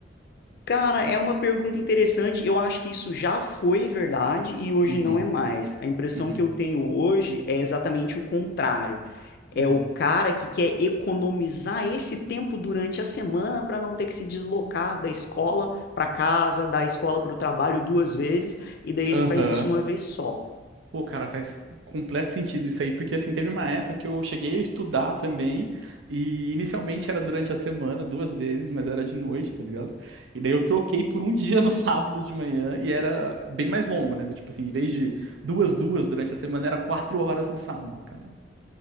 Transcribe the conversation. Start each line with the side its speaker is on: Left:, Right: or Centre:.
Left: Cara, é uma pergunta interessante. Eu acho que isso já foi verdade e hoje
Right: Uhum,
Left: não é mais. A impressão
Right: uhum,
Left: que eu tenho hoje é exatamente o contrário. É
Right: uhum.
Left: o cara que quer economizar esse tempo durante a semana para não ter que se deslocar da escola para casa, da escola para o trabalho duas vezes, e daí ele
Right: Aham.
Left: faz isso uma vez só.
Right: Pô, cara, faz completo sentido isso aí, porque assim, teve uma época que eu cheguei a estudar também, e inicialmente era durante a semana, duas vezes, mas era de noite, tá ligado? E daí eu troquei por um <laughs> dia no sábado de manhã, e era bem mais longo, né? Do tipo assim, em vez de duas, duas durante a semana, era quatro horas no sábado, cara.